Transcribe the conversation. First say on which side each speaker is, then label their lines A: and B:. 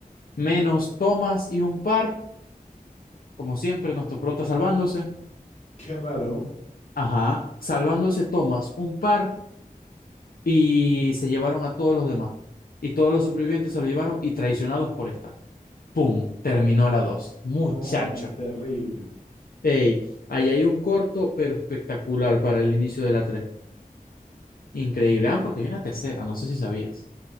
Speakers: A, on the left (about 75°); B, on the left (about 50°).
A: menos Tomás y un par, como siempre, nuestro prota salvándose.
B: Qué raro.
A: Ajá, salvándose Tomás, un par, y se llevaron a todos los demás. Y todos los supervivientes se lo llevaron y traicionados por esta. ¡Pum! Terminó la dos Muchacho.
B: No, terrible.
A: Ey, ahí hay un corto, pero espectacular para el inicio de la tres Increíble. Ah, porque hay una tercera, no sé si sabías.